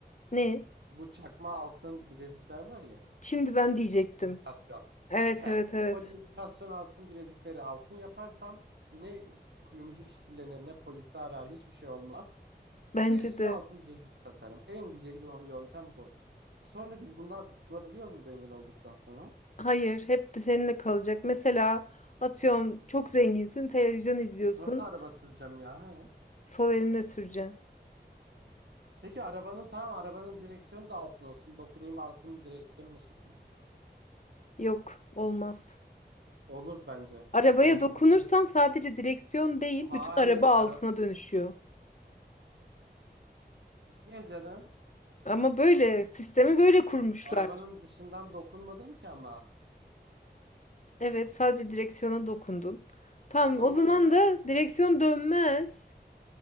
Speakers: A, on the left (about 45°); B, on the right (about 85°).
A: Ne?
B: Bu çakma altın bilezikler var ya.
A: Şimdi ben diyecektim.
B: imitasyon.
A: Evet
B: Heh.
A: evet evet.
B: O imitasyon altın bilezikleri altın yaparsam ne kuyumcu işkillenir ne polisi arar hiçbir şey olmaz.
A: Bence
B: Bir sürü
A: de.
B: altın bilezik satarım. En güzel yol- yöntem bu. Sonra biz bundan kurtulabiliyor mu zengin olduktan sonra?
A: Hayır, hep de seninle kalacak. Mesela atıyorum çok zenginsin, televizyon izliyorsun.
B: Nasıl araba süreceğim ya? Ha?
A: Sol eline süreceksin.
B: Peki arabanın tamam arabanın direksiyonu da altın olsun. Dokunayım altın direksiyonunu süreyim.
A: Yok, olmaz.
B: Olur bence.
A: Arabaya
B: Olmaması.
A: dokunursan sadece direksiyon değil,
B: Hayır
A: bütün araba
B: ara
A: altına dönüşüyor.
B: niye canım?
A: Ama böyle sistemi böyle kurmuşlar.
B: Arabanın dışından dokunmadım ki ama.
A: Evet, sadece direksiyona dokundun. Tamam,
B: Tamam
A: o zaman
B: evet.
A: da direksiyon dönmez.